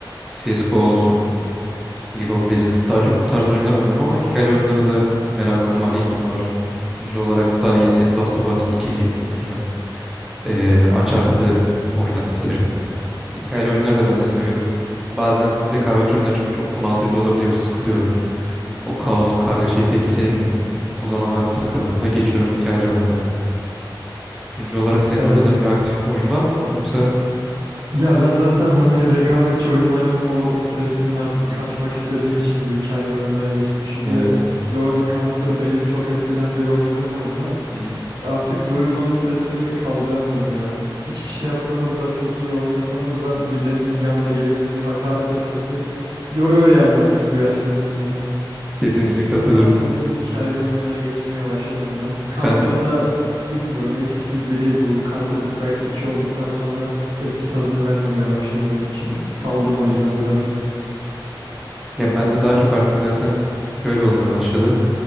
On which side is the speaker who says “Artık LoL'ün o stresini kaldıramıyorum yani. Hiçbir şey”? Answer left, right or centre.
Right